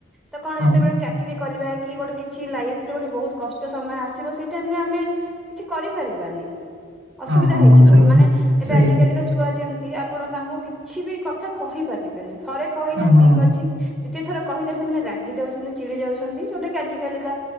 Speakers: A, in the centre; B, on the right (about 75°).
A: ତ କଣ
B: ହଁ
A: ଯେତେବେଳେ ଚା ଚାକରି କରିବା କି ଗୋଟେ କିଛି ଲାଇଫରେ ଗୋଟେ ବୋହୁତ କଷ୍ଟ ସମୟ ଆସିବ ସେଇ ଟାଇମରେ ଆମେ କିଛି କରିପାରିବାନି ଅସୁବିଧା
B: ହଁ ହଁ
A: ହେଇଯିବ
B: ହଁ ସେଇଆ
A: ମାନେ ଏବେ
B: ସେଇଆ
A: ଆଜିକାଲି ଛୁଆ ଯେମିତି ଆପଣ ତାଙ୍କୁ କିଛି ବି କଥା କହିପାରିବେନି ଥରେ କହିଲେ
B: ହଁ ହଁ
A: ଠିକ୍ ଅଛି ଦ୍ୱିତୀୟ ଥର କହିଲେ ସେମାନେ ରାଗି ଯାଉଚନ୍ତି ଚିଡି ଯାଉଚନ୍ତି ଯୋଉଟା କି ଆଜିକାଲିକା